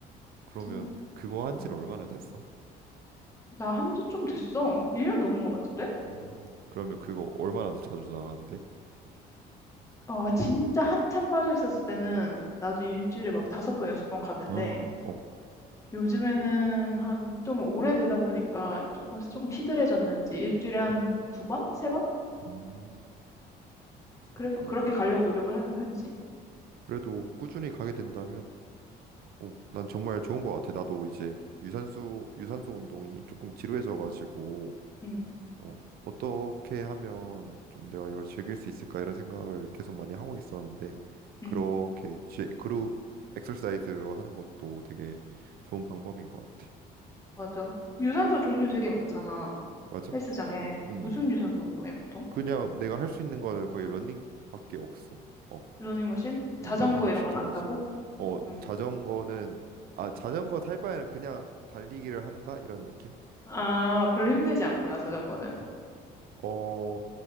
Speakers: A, on the right; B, on the left.
A: 그러면
B: 그래서
A: 그거 한
B: 음,
A: 지는 얼마나 됐어?
B: 나 한지 좀 됐어. 1년 넘은 것 같은데?
A: 음, 그러면 그거 얼마나 더 자주 나가는데?
B: 아, 진짜 한참 빠져 있었을 때는 나도 일주일에 막 다섯 번, 여섯 번 갔는데
A: 어, 어,
B: 요즘에는 한 좀 오래되다 보니까 조금 조금 시들해졌는지 일주일에 한 두 번? 세 번?
A: 음,
B: 그래도
A: 그렇구나.
B: 그렇게 가려고 노력을 하는 편이지.
A: 그래도 꾸준히 가게 된다면, 어, 난 정말 좋은 것 같아. 나도 이제 유산소, 유산소 운동이 조금 지루해져가지고,
B: 응,
A: 어, 어떻게 하면 좀 내가 이걸 즐길 수 있을까 이런 생각을 계속 많이 하고 있었는데, 그렇게
B: 응,
A: 제, 그룹 엑서사이즈로 하는 것도 되게 좋은 방법인 것 같아.
B: 맞아. 유산소 종류 되게 많잖아.
A: 맞아.
B: 헬스장에.
A: 음,
B: 무슨 유산소 운동해, 보통?
A: 그냥 내가 할 수 있는 거는 거의 러닝밖에 없어. 어.
B: 러닝머신? 자전거
A: 음, 런닝머신
B: 이런 건
A: 타가지고
B: 안 타고?
A: 어
B: 응.
A: 자전거는 아 자전거 탈 바에는 그냥 달리기를 한다 이런 느낌?
B: 아, 별로
A: 어,
B: 힘들지 않구나, 자전거는.
A: 어